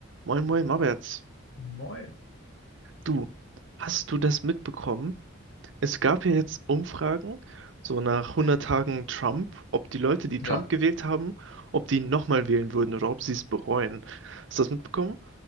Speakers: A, on the right (about 65°); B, on the left (about 70°).
A: Moin, moin, Maberts.
B: Moin.
A: Du, hast du das mitbekommen? Es gab ja jetzt Umfragen, so nach 100
B: Hm.
A: Tagen Trump, ob die Leute, die
B: Ja,
A: Trump gewählt haben, ob die ihn nochmal wählen würden oder ob sie es bereuen. Hast du das mitbekommen?